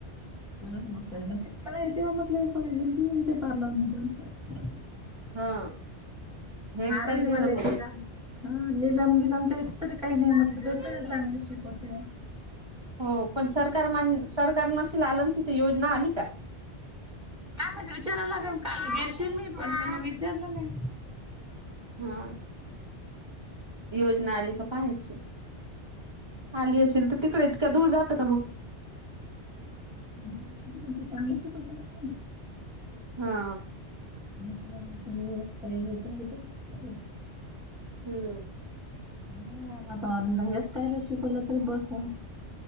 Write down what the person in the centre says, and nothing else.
ह का य ते म्हटलं कोणा गल पारला <unintelligible>
आरही
भलेेत
तु जा. हा लयी लामचे लामचे आहे तरी काही नाही मग. ते तरी चांगलं शिकवते.
काय माहित विचारा लागन काल गेलती मी पण विचारलं नाही.
चांगलं. <unintelligible>
स पाहिलेेत घेते. <unintelligible>
नाही न आता हेअरस्टाईल शिकवलं तर बसं आहे.